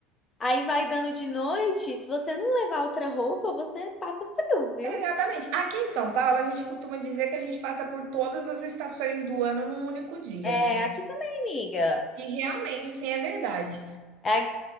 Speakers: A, on the left; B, on the right.
A: aí vai dando de noite. Se você não levar outra roupa, você passa frio, viu?
B: exatamente. Aqui em São Paulo, a gente costuma dizer que a gente passa por todas as estações do ano num único dia,
A: É,
B: né?
A: aqui também, amiga.
B: E realmente, assim, é verdade.
A: É,